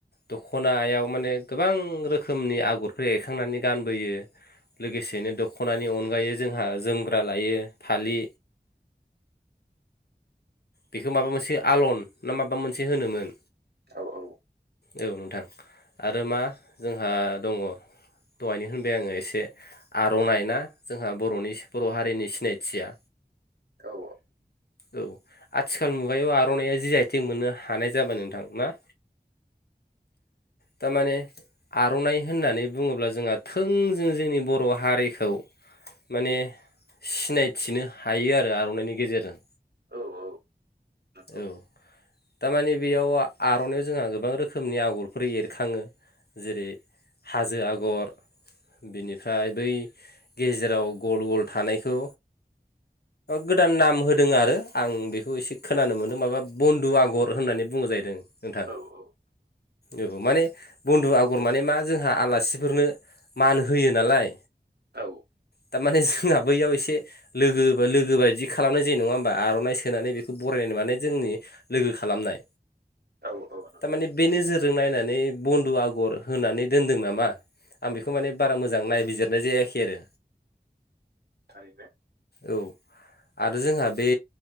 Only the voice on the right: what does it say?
औ औ
औ
औ औ नंगौ
औ औ
औ
औ औ नंगौ
थारैनो